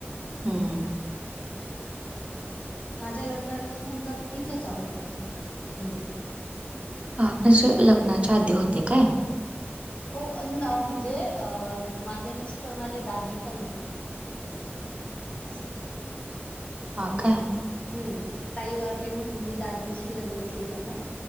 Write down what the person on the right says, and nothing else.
हम.
हा म्हणजे लग्नांच्या आधी होते काय.
हां काय.